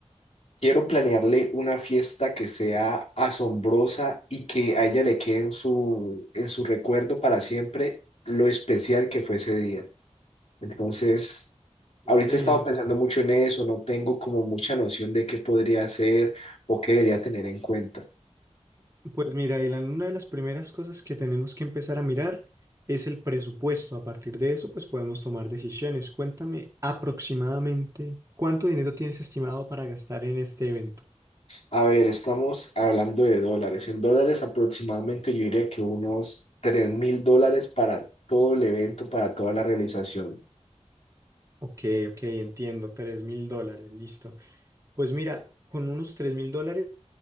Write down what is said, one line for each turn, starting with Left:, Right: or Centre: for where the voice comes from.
Left: quiero planearle una fiesta que sea asombrosa y que a ella le quede en su, en su recuerdo para siempre lo especial que fue ese día. Entonces,
Right: Ok,
Left: ahorita he estado pensando mucho en eso, no tengo como mucha noción de qué podría hacer o qué debería tener en cuenta.
Right: Pues mira, Dylan, una de las primeras cosas que tenemos que empezar a mirar es el presupuesto. A partir de eso, pues podemos tomar decisiones. Cuéntame aproximadamente cuánto dinero tienes estimado para gastar en este evento.
Left: A ver, estamos hablando de dólares. En dólares aproximadamente yo diría que unos tres mil dólares para todo el evento, para toda la realización.
Right: Ok, ok, entiendo, tres mil dólares, listo. Pues mira, con unos tres mil dólares